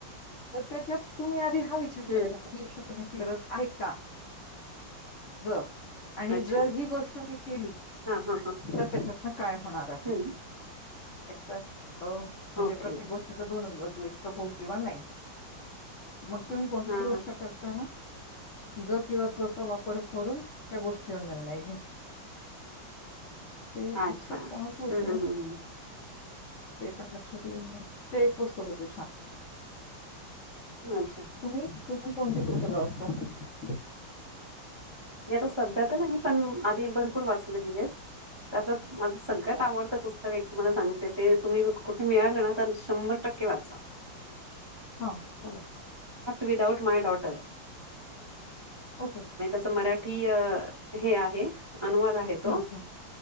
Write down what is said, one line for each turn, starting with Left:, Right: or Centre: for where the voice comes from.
Left: तर त्याच्यात तुम्ही आधी हा विचार
Right: हम्म
Left: करायचा येऊ शकत नाही. गरज आहे का जर आणि
Right: अच्छा
Left: जर ही गोष्ट मी केली.
Right: हा हा हा
Left: तर त्याच्यातन काय होणार आहे.
Right: हम्म
Left: एक तर अ म्हणजे
Right: ओके
Left: प्रत्येक गोष्टीला दोन बाजू एक तर हो किंवा नाही. मग तुम्ही कोणतीही
Right: हा
Left: गोष्ट करताना ज किंवा चचा वापर करून त्या गोष्टीवर निर्णय घ्यायचा ते
Right: हा
Left: पुस्तक
Right: अच्छा हम्म
Left: कोणाचं होतं वो
Right: हम्म हम्म
Left: ते पण लक्षात येईना ते एक पुस्तक होत छान
Right: हम्म अच्छा अच्छा
Left: तुम्ही तुम्ही कोणती पुस्तकं वाचत्याय
Right: मी आता सध्या तर नाही पण आधी भरपूर वाचलेली आहेत त्यातंच माझं सगळ्यात
Left: अच्छा
Right: आवडतं पुस्तक एक तुम्हाला सांगते ते तुम्ही कुठे मिळाले ना तर शंभर टक्के वाचा.
Left: हा बोला
Right: विदाऊट माय डॉटर
Left: ओके.
Right: असं मराठी हे आहे. अनुवाद आहे तो
Left: हं, हं,